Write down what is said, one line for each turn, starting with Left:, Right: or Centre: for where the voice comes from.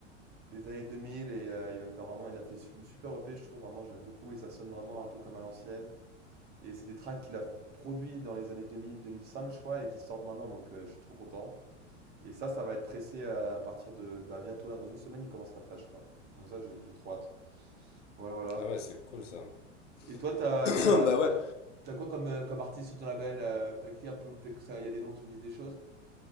Right: des années 2000, et euh, il va faire vraiment, il a fait une super EP, je trouve vraiment, j'aime beaucoup, et ça sonne vraiment un peu comme à l'ancienne. Et c'est des tracks qu'il a produits dans les années 2000-2005, je crois, et qui sortent maintenant, donc euh, je suis trop content. Et ça, ça va être pressé euh, à partir de bah, bientôt, là, dans une semaine, il commence la presse, je crois. Donc ça, j'ai j'ai trop hâte. Voilà, voilà.
Left: Ah ouais, c'est cool ça. <coughs>
Right: Et toi, t'as,
Left: <clears throat>
Right: t'as,
Left: Bah ouais,
Right: t'as, t'as quoi comme, euh, comme artiste sur ton label? euh, t'as qui un peu? Peut-être que ça, il y a des noms qui me disent des choses.